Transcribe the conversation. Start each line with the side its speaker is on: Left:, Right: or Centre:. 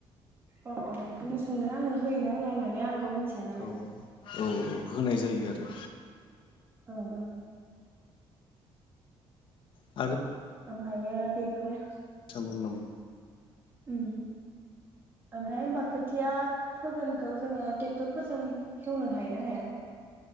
Right: अ अ बेखौनो सोंदों आङो होयोना होवा होननानै आं गाव मिथिया नालाय
Left: औ औ औ होनाय जायो आरो
Right: ओ ओ
Left: औ
Right: ओमफ्रायो बेखौ
Left: दंबावो नामा
Right: उम ओमफ्राय होमबा खोथिया फोगोनखौ जोङो ट्रेक्टरफोरजों हेवनो हायो ना हाया